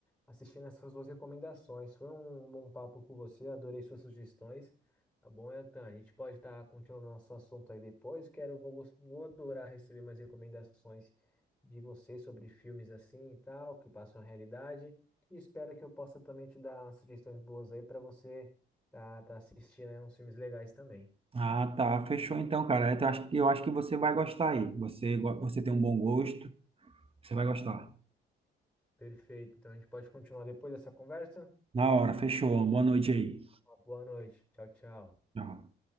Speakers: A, in the centre; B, on the right (about 30°).
A: assistindo essas suas recomendações. Foi um bom papo com você, adorei suas sugestões. Tá bom, Etan? A gente pode estar continuando nosso assunto aí depois. Quero, vou, gos- vou adorar receber mais recomendações de você sobre filmes assim e tal, que passam a realidade. E espero que eu possa também te dar umas sugestões boas aí para você tá, tá assistindo aí uns filmes legais também.
B: Ah, tá. Fechou então, cara. Eu acho, eu acho que você vai gostar aí. Você, go- você tem um bom gosto. Você vai gostar.
A: Perfeito. Então a gente pode continuar depois dessa conversa.
B: Na hora, fechou. Boa noite aí.
A: Uma boa noite. Tchau, tchau.
B: Tchau.